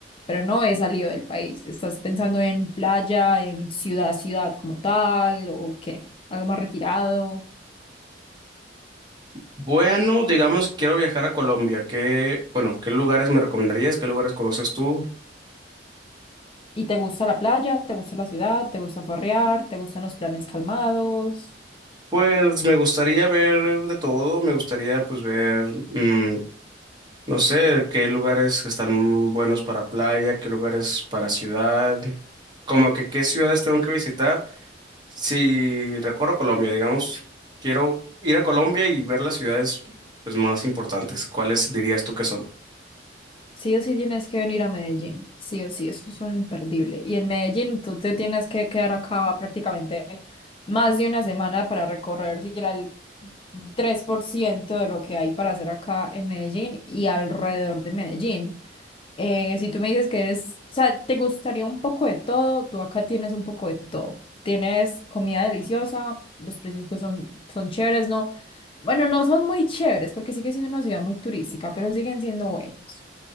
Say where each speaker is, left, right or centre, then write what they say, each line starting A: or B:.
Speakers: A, on the left; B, on the right.
A: pero no he salido del país. ¿Estás pensando en playa, en ciudad, ciudad como tal, o qué? ¿Algo más retirado?
B: Bueno, digamos que quiero viajar a Colombia. ¿Qué, bueno, qué lugares me recomendarías? ¿Qué lugares conoces tú?
A: ¿Y te gusta la playa? ¿Te gusta la ciudad? ¿Te gusta farrear? ¿Te gustan los planes calmados?
B: Pues me gustaría ver de todo. Me gustaría, pues, ver, mm, no sé, qué lugares están buenos para playa, qué lugares para ciudad. Como que qué ciudades tengo que visitar Si recorro Colombia, digamos, quiero ir a Colombia y ver las ciudades pues más importantes. ¿Cuáles dirías tú que son?
A: Sí o sí tienes que venir a Medellín, sí o sí, eso es un imperdible. Y en Medellín tú te tienes que quedar acá prácticamente más de una semana para recorrer siquiera el 3% de lo que hay para hacer acá en Medellín y alrededor de Medellín. Eh, si tú me dices que eres, o sea, te gustaría un poco de todo, tú acá tienes un poco de todo. Tienes comida deliciosa, los precios pues son, son chéveres, ¿no? Bueno, no son muy chéveres porque sigue siendo una ciudad muy turística, pero siguen siendo buenos.